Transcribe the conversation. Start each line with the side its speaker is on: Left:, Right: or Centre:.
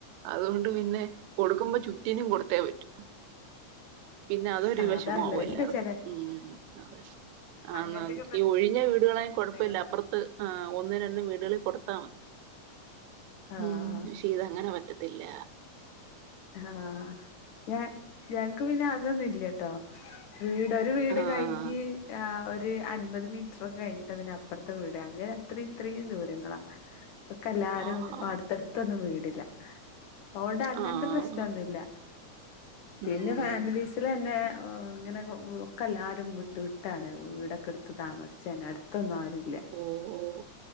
Right: അതോണ്ട് പിന്നെ കൊടുക്കുമ്പോ ചുറ്റിനും കൊടുത്തേ പറ്റൂ. പിന്നെളഅതൊരു
Left: ആഹ്
Right: വെഷമമാവും
Left: അതാണല്ലേ എന്തൊക്കെ
Right: എല്ലാർക്കും
Left: ചെലെ
Right: ഉം അതെ ആന്നാന്ന്
Left: അങ്ങനത്തൊക്കെ
Right: ഈ ഒഴിഞ്ഞ വീടുകളായും
Left: പ്രശ്നങ്ങളാണ്
Right: കുഴപ്പമില്ല അപ്പുറത്ത് ഒന്നു രണ്ടു വീടുകളിൽ കൊടുത്താമതി
Left: ആഹ്
Right: ഉം പക്ഷേ ഇതങ്ങനെപറ്റത്തില്ല.
Left: ആഹ് ഞാൻ ഞങ്ങക്ക് പിന്നെ അതൊന്നും ഇല്ലാട്ടോ വീട് വീട്
Right: ആഹ്
Left: കയ്ഞ്ഞ് ഒരു അൻപത് മീറ്ററൊക്കെ കഴിഞ്ഞിട്ട് പിന്നെ അപ്പുറത്തെ വീട് അത് അത്രേം ഇത്രേം ദൂരങ്ങളാ ഒക്കെ എല്ലാരും
Right: ആഹാ
Left: അടുത്തടുത്തൊന്നും വീടില്ല അതോണ്ട് അങ്ങനത്തെ
Right: ആഹ്
Left: പ്രശ്ന നൊന്നുല്ല പിന്നെ
Right: ഉം
Left: ഫാമിലീസിൽ തന്നെ ഓഹ് ഇങ്ങനെ ഒക്കെ എല്ലാരും വിട്ട് വിട്ടാണ് വീടൊക്കെ എടുത്ത്, താമസിച്ചെന്നെ അടുത്തൊന്നും ആരു ഇല്ല
Right: ഓ ഓ